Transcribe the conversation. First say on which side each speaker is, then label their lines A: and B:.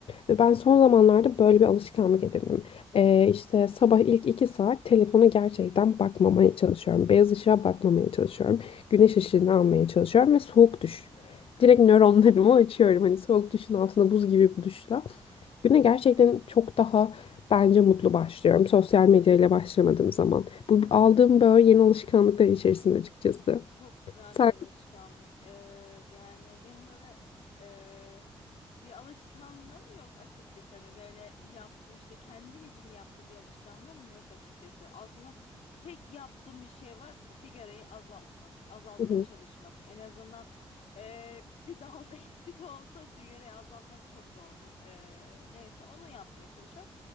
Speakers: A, on the left; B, on the left.
A: Ve ben son zamanlarda böyle bir alışkanlık edindim. Ee, işte sabah ilk iki saat telefona gerçekten bakmamaya çalışıyorum. Beyaz ışığa bakmamaya çalışıyorum. Güneş ışığını almaya çalışıyorum ve soğuk duş. Direkt nöronlarımı <laughs> açıyorum. Hani soğuk duşun altında buz gibi bir duşla. Güne gerçekten çok daha bence mutlu başlıyorum. Sosyal medyayla başlamadığım zaman. Bu aldığım böyle yeni alışkanlıklar içerisinde açıkçası.
B: Çok güzel
A: Sen...
B: bir alışkanlık. Ee, yani benim böyle ee, bir alışkanlığım yok açıkçası. Hani böyle yaptığım işte kendim için yaptığım bir alışkanlığım yok açıkçası. Aslında tek yaptığım bir şey var. e, Sigarayı azaltmak, azaltmaya
A: <laughs>
B: çalışmak. En azından ee, bir dalda <laughs> eksik olsa sigarayı azaltmak çok zordur. Ee, neyse onu yapmaya çalışıyorum.